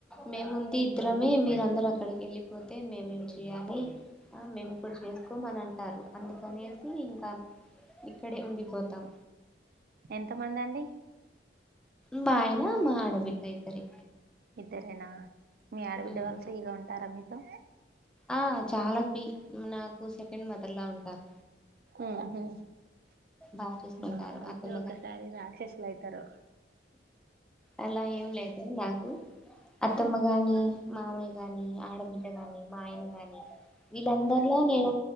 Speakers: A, in the centre; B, on the right.
A: మేముంది ఇద్దరమే మీర అందరు అక్కడికి ఎ ళ్ళిపోతే మేము చేయాలి ఆ మేము కూడా చేసుకోమని అంటారు అందుకనేసి ఇంకా ఇక్కడే ఉండిపోతాం
B: ఎంత మంది అండి
A: మా ఆయన
B: మీరు
A: మా ఆడబిడ్డ ఇద్దరే
B: ఇద్దరేనా మీ ఆడబిడ్డ
A: ఉమ్.
B: వాళ్ళు ఫ్రీగా ఉంటారా మీతో
A: ఆ చాలా ఫ్రీ నాకు సెకండ్ మదర్ లా ఉంటారు
B: ఉహు
A: బాగా చూసుకుంటారు
B: మా వాళ్ళు
A: అత్తమ్మగా
B: ఒకసారి రాక్షసులు అయితారు
A: అలా ఏం లేదు నాకు అత్తమ్మ గాని మామయ్య గాని ఆడబిడ్డ గాని మా ఆయనగాని వీళ్ళందరిలో నేను